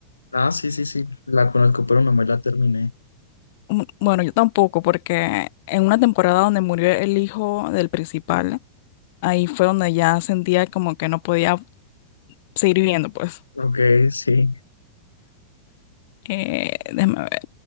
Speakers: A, on the left; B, on the left.
A: Ah, sí, sí, sí, la conozco, pero no me la terminé.
B: Mm, Bueno, yo tampoco, porque en una temporada donde murió el hijo del principal, ahí fue donde ya sentía como que no podía seguir viviendo, pues.
A: Ok, sí,
B: Eh, déjame ver.